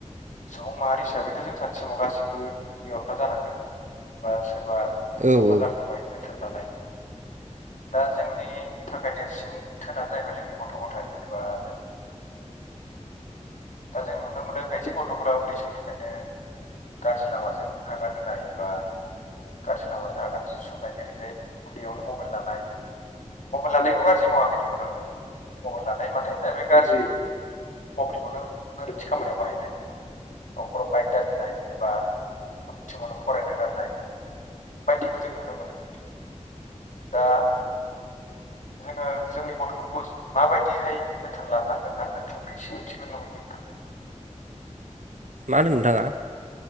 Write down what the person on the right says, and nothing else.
औ
औ
मा होनदों नोंथाङा?